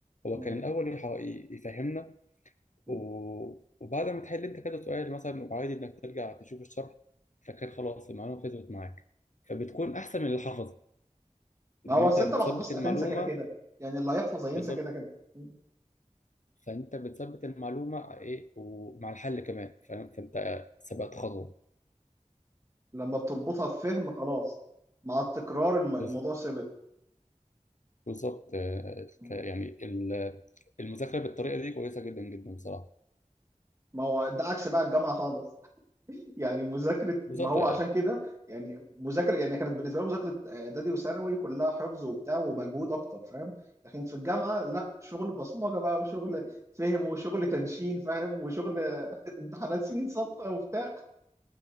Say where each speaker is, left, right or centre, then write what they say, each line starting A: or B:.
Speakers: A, on the left; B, on the right.
A: هو
B: مم.
A: كان الأول يح- يفهمنا
B: مم.
A: و... وبعد ما تحل أنت كذا سؤال مثلا وعادي إنك ترجع تشوف الشرح فكان خلاص المعلومة فضلت معاك فبتكون أحسن من اللي حفظ
B: ما
A: اللي
B: هو
A: أنت
B: اصل
A: بتثبت
B: انت لو حفظت
A: المعلومة
B: هتنسى كده كده يعني اللي هيحفظ هينسى
A: بالظبط
B: كده كده مم.
A: فانت بتثبت المعلومه ايه ومع الحل كمان فاهم فانت سبقت خطوه
B: لما بتربطها بفهم خلاص مع التكرار الم- الموضوع
A: بز-
B: ثابت
A: بالظبط آه،
B: مم.
A: ك- يعني ال- المذاكره بالطريقه دي كويسه جدا جدا بصراحه
B: ما هو ده عكس بقى الجامعة خالص يعني مذاكره
A: بالظبط
B: ما هو
A: آه،
B: عشان كده يعني مذاكره يعني كانت بالنسبه لي مذاكره آه، اعدادي وثانوي كلها حفظ وبتاع ومجهود اكتر فاهم لكن في الجامعه لا شغل بصمجه بقى وشغل فهم وشغل تنشين فاهم وشغل <laughs> امتحانات سنين سابقه وبتاع